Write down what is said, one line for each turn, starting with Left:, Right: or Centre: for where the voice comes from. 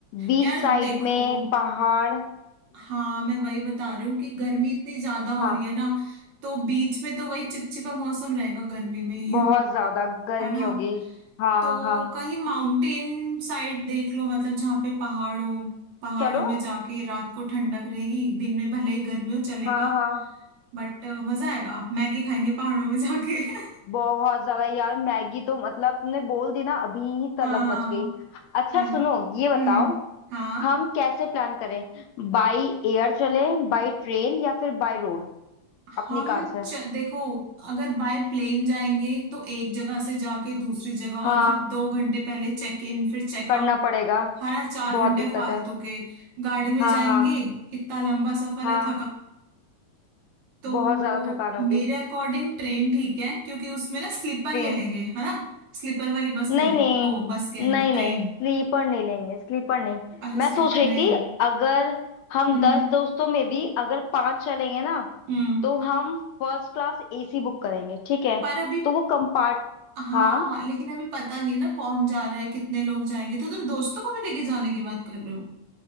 Left: बीच
Right: यार
Left: साइड
Right: देखो
Left: में पहाड़
Right: हाँ मैं वही बता रही हूँ कि गर्मी इतनी ज्यादा हो
Left: हाँ
Right: रही है ना तो बीच में तो वही चिपचिपा मौसम रहेगा गर्मी में ह्यूमिड
Left: बहुत ज्यादा गर्मी
Right: है ना
Left: होगी हाँ
Right: तो
Left: हाँ
Right: कहीं माउंटेन साइड देख लो मतलब जहाँ पे पहाड़ों पहाड़ों
Left: चलो
Right: में जाके रात को ठंडक रहेगी दिन में भले ही गर्मी हो चलेगा
Left: हाँ हाँ
Right: बट मजा आएगा आप मैगी खाएंगे पहाड़ों में जाके <laughs>
Left: बहुत ज्यादा यार मैगी तो मतलब तुमने बोल दी ना अभी ही तलब
Right: हाँ हाँ
Left: मच गई अच्छा
Right: है ना
Left: सुनो ये बताओ
Right: हम्म हाँ
Left: हम कैसे प्लान करें बाई एयर चले बाई ट्रेन या फिर बाई रोड अपनी
Right: हम
Left: कार से
Right: च, देखो अगर बाय प्लेन जाएंगे तो एक जगह से जाके दूसरी जगह और
Left: हाँ
Right: फिर दो घंटे पहले चेक इन फिर चेकआउट
Left: करना पड़ेगा
Right: हरा चार
Left: बहुत
Right: घंटे
Left: दिक्कत
Right: फालतू
Left: है
Right: के गाड़ी में
Left: हाँ
Right: जाएंगे
Left: हाँ
Right: इतना लंबा सफर
Left: हाँ
Right: है थका तो
Left: बहुत ज्यादा थकान होगी
Right: मेरे अकॉर्डिंग ट्रेन ठीक है क्योंकि उसमें ना स्लीपर
Left: ट्रेन
Right: ले लेंगे है ना स्लीपर वाली बस
Left: नहीं
Right: ले लेंगे
Left: नहीं
Right: ओ बस कह रही हूँ
Left: नहीं
Right: ट्रेन
Left: नहीं स्लीपर नहीं लेंगे स्लीपर नहीं
Right: अच्छा
Left: मैं
Right: स्लीपर
Left: सोच रही
Right: नहीं
Left: थी अगर हम
Right: हम्म
Left: दस दोस्तों में भी अगर पांच चलेंगे ना
Right: हम्म
Left: तो हम फर्स्ट क्लास एसी बुक करेंगे ठीक है
Right: पर अभी
Left: तो वो कंपार्ट
Right: हाँ
Left: हाँ
Right: लेकिन अभी पता नहीं है ना कौन जा रहा है कितने लोग जाएंगे तो तुम दोस्तों को भी लेके जाने की बात कर रहे हो